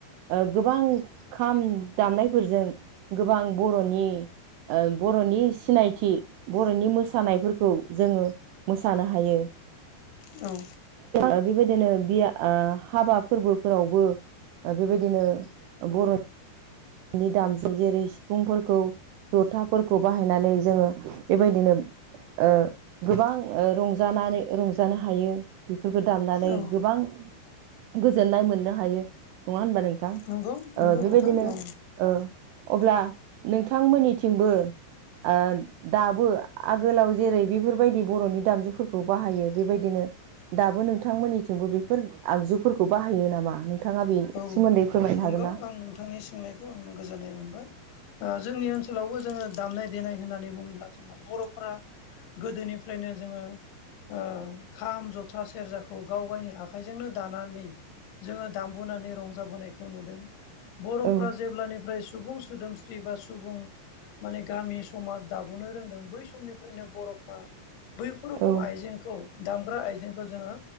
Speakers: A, on the right; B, on the left.
A: ओ गोबां खाम दामनायफोरजों गोबां बर'नि ओ बर'निस सिनायथि बर'नि मोसानायफोरखौ जोङो मोसानो हायो
B: औ
A: ओ बिबायदिनो बिया आ हाबा फोरबो फोरावबो ओ बिबायदिनो बर' नि दामजों जेरै सिफुंफोरखौ जथाफोरखौ बाहायनानै जोङो बेबायदिनो ओ गोबां ओ रंजानानै रंजानो हायो बेफोरखौ दामनानै
B: औ
A: गोबां गोजोननाय मोननो हायो नङा होनबा नों थां
B: नंगौ नंगौ
A: ओ बेबायदिनो
B: नोंथां औ
A: ओ अब्ला नोंथांमोनिथिंबो आन दाबो आगोलाव जेरै बेफोरबायदि बर'नि दामजुफोरखौ बाहायो बेबायदिनो दाबो नोंथांमोननिथिंबो बेफोर आगजुफोरखौ बाहायो नामा नों थाङा बिन
B: औ
A: सोमोन्दै फोरमायनो
B: नंगौ
A: हागोन ना
B: आं नोंथांनि सोंनायखौ आं गोजोननाय मोनबाय ओ जोंनि
A: औ
B: ओनसोलावबो जोङो दामनाय देनाय होननानै बुङोब्ला जोंहा बर'फोरा गोदोनिफ्रायनो जोङो ओ खाम ज'था सेरजाखौ गाव गायनि आखाइजोंनो दानानै जोङो दाम बुनानै रंजाबोनायखौ नुदों बर'फ्रा
A: औ
B: जेब्लानिफ्राय सुबुं सु सोदोमस्रि बा सुबुं माने गामि समाज दाब'नो रोंदों बै समनिफ्रायनो बर'फ्रा बैफोर रोखोम
A: औ
B: आइजेंखौ दामग्रा आइजेंखौ जोङो